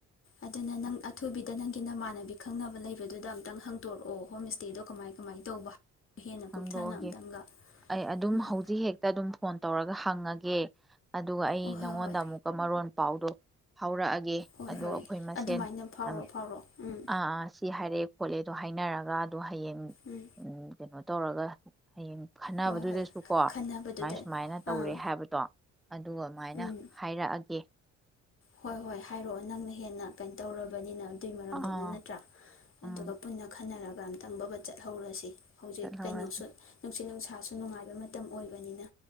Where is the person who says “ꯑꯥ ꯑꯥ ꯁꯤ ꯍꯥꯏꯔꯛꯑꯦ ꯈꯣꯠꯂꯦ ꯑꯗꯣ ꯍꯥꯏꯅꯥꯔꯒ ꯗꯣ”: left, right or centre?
Centre